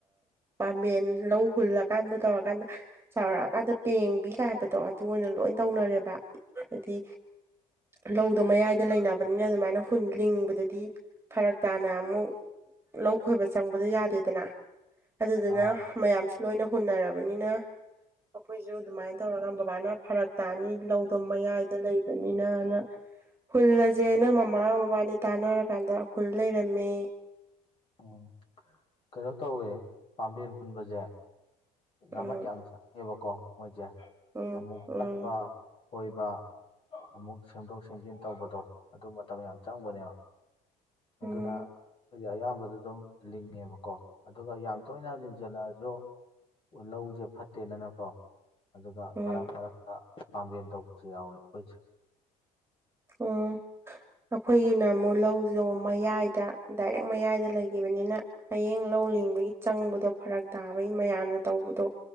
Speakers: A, on the right; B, on the left.
A: ꯄꯥꯝꯕꯦꯟ ꯂꯧ ꯍꯨꯜꯂꯀꯥꯟꯗ ꯇꯧꯔꯀꯥꯟꯗ ꯆꯥꯎꯔꯛꯑꯀꯥꯟꯗ ꯄꯦꯡꯕꯤ ꯀꯥꯏ ꯍꯥꯏꯕꯗꯣ ꯑꯗꯨ ꯑꯣꯏꯅ ꯂꯣꯏ ꯇꯧꯅꯔꯦꯕ ꯍꯥꯏꯗꯤ ꯂꯧꯗꯣ ꯃꯌꯥꯏꯗ ꯂꯩꯅꯕꯅꯤꯅ ꯑꯗꯨꯃꯥꯏꯅ ꯍꯨꯟ ꯂꯤꯡꯕꯗꯨꯗꯤ ꯐꯔꯛ ꯇꯥꯅ ꯑꯃꯨꯛ ꯂꯧ ꯈꯣꯏꯕ ꯆꯪꯕꯗꯣ ꯌꯥꯗꯦꯗꯅ ꯑꯗꯨꯗꯨꯅ
B: ꯑꯥ
A: ꯃꯌꯥꯝꯁꯨ ꯂꯣꯏꯅ ꯍꯨꯟꯅꯔꯕꯅꯤꯅ ꯑꯩꯈꯣꯏꯁꯨ ꯑꯗꯨꯃꯥꯏꯅ ꯇꯧꯔꯒ ꯕꯕꯥꯅ ꯐꯔꯛ ꯇꯥꯅꯤ ꯂꯧꯗꯣ ꯃꯌꯥꯏꯗ ꯂꯩꯕꯅꯤꯅꯅ ꯍꯨꯜꯂꯁꯦꯅ ꯃꯃꯥꯒ ꯃꯕꯥꯅꯤ ꯇꯥꯟꯅꯔꯀꯥꯟꯗ ꯍꯨꯜ ꯂꯩꯔꯝꯃꯦ
B: ꯎꯝ ꯀꯩꯅꯣ ꯇꯧꯋꯦ ꯄꯥꯝꯕꯦꯟ ꯍꯨꯟꯕꯁꯦ ꯅꯥꯃꯠ
A: ꯎꯝ
B: ꯌꯥꯝ ꯆꯪꯉꯦꯕꯀꯣ ꯃꯣꯏꯁꯦ
A: ꯎꯝ
B: ꯑꯃꯨꯛ ꯆꯠꯄ
A: ꯎꯝ
B: ꯀꯣꯏꯕ ꯑꯃꯨꯛ ꯁꯦꯝꯗꯣꯛ ꯁꯦꯝꯖꯤꯟ ꯇꯧꯕꯗꯣ ꯑꯗꯨ ꯃꯇꯝ ꯌꯥꯝ ꯆꯪꯕꯅꯦꯕ ꯑꯗꯨꯅ
A: ꯎꯝ
B: ꯑꯩꯒꯤ ꯑꯌꯥꯝꯕꯗ ꯑꯗꯨꯝ ꯂꯤꯡꯉꯦꯕꯀꯣ ꯑꯗꯨꯒ ꯌꯥꯝ ꯇꯣꯏꯅ ꯂꯤꯡꯁꯤꯜꯂꯛꯑꯁꯨ ꯂꯧꯁꯦ ꯐꯠꯇꯦꯅꯅꯀꯣ ꯑꯗꯨꯒ
A: ꯎꯝ
B: ꯃꯔꯛ ꯃꯔꯛꯇ ꯄꯥꯝꯕꯦꯟ ꯇꯧꯕꯁꯨ ꯌꯥꯎꯋꯦ ꯑꯩꯈꯣꯏꯁꯦ <inaudible>
A: ꯎꯝ ꯑꯩꯈꯣꯏꯒꯤꯅ ꯑꯃꯨꯛ ꯂꯧꯁꯦ ꯃꯌꯥꯏꯗ ꯗꯥꯏꯔꯦꯛ ꯃꯌꯥꯏꯗ ꯂꯩꯈꯤꯕꯅꯤꯅ ꯍꯌꯦꯡ ꯂꯧ ꯂꯤꯡꯕꯒꯤ ꯆꯪꯕꯗꯣ ꯐꯔꯛ ꯇꯥꯕꯒꯤ ꯃꯌꯥꯝꯅ ꯇꯧꯕꯗꯣ